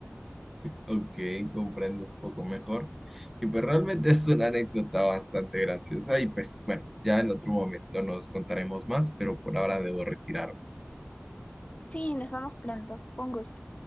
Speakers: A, in the centre; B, on the left.
A: Ok, comprendo un poco mejor. Y pues realmente es una anécdota bastante graciosa y pues bueno, ya en otro momento nos contaremos más, pero por ahora debo retirarme.
B: Sí, nos vemos pronto. Con gusto.